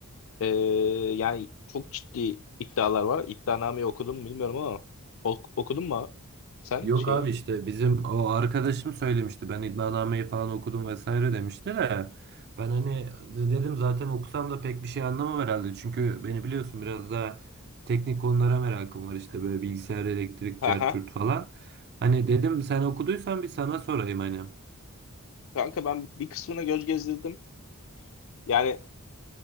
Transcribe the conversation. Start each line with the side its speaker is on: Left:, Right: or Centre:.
Left: e, yani çok ciddi iddialar var. İddianameyi okudun mu bilmiyorum ama ok- okudun mu sen
Right: Yok
Left: şeyi?
Right: abi işte bizim o arkadaşım söylemişti. Ben iddianameyi falan okudum vesaire demişti de ben hani dedim zaten okusam da pek bir şey anlamam herhalde. Çünkü beni biliyorsun biraz daha teknik konulara merakım var işte böyle bilgisayar, elektrik,
Left: Aha.
Right: cart curt falan. Hani dedim sen okuduysan bir sana sorayım hani. <laughs>
Left: Kanka ben bir kısmına göz gezdirdim. Yani